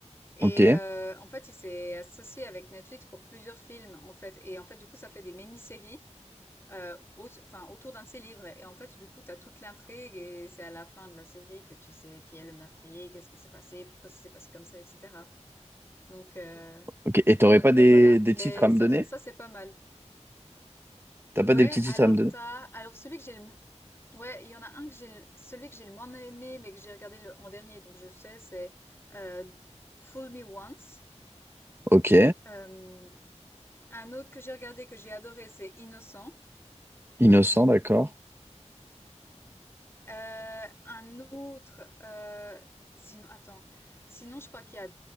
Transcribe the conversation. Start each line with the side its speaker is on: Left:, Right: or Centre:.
Left: et
Right: Ok.
Left: euh, en fait, il s'est associé avec Netflix pour plusieurs films en fait. Et en fait, du coup, ça fait des mini-séries. euh, au- enfin, autour d'un de ses livres. Et en fait, du coup, tu as toute l'intrigue et c'est à la fin de la série que tu sais qui est le meurtrier, qu'est-ce qui s'est passé, pourquoi ça s'est passé comme ça, etc. Donc, euh,
Right: Ok. Et t'aurais
Left: Donc
Right: pas des,
Left: euh, voilà,
Right: des
Left: mais
Right: titres à me
Left: ça,
Right: donner?
Left: ça c'est pas mal.
Right: T'as pas
Left: Ouais,
Right: des petits titres
Left: alors
Right: à me donner?
Left: t'as, alors celui que j'ai le, mo- ouais, il y en a un que j'ai, le- celui que j'ai le moins aimé, mais que j'ai regardé le- en dernier, donc je sais, c'est euh, Fool Me Once.
Right: Ok.
Left: Euh, un autre que j'ai regardé que j'ai adoré, c'est Innocent.
Right: Innocent, d'accord.
Left: Euh, un autre, euh, sinon, attends, sinon je crois qu'il y a